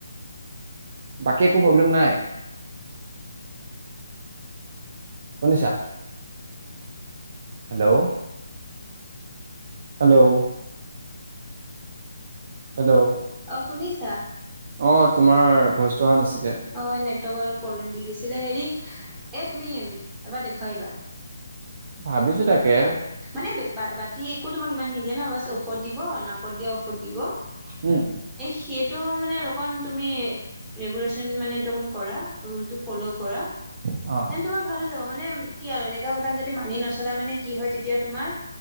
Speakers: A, on the right (about 40°); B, in the centre.
A: বাকী একো প্ৰব্লেম নাই। শুনিছা? হেল্লো' হেল্লো' হেল্লো'
B: অঁ শুনিছা?
A: অ তোমাৰ ভইচটো অহা নাছিলে।
B: অ নেটৱৰ্কৰ অলপ প্ৰব্লেম দি দিছিলে। হেৰি এ তুমি এবাৰ দেখুৱাই আহিবা।
A: ভাবিছো তাকে।
B: মানে <unintelligible> বাকী একো তোমাক ইমান নিদিয়ে ন বাচ ঔষধ দিব <unintelligible> নাকত দিয়া ঔষধ দিব।
A: উম,
B: সেইটো মানে অকণ তুমি ৰেগুলেচন মানে <unintelligible> কৰা ৰুলটো ফ'ল' কৰা।
A: অ',
B: তেনে তোমাৰ ভাল হৈ যাব। মানে, কি আৰু এনেকুৱা বিলাক যদি মানি নচলা মানে কি হৈ তেতিয়া তেতিয়া তোমাৰ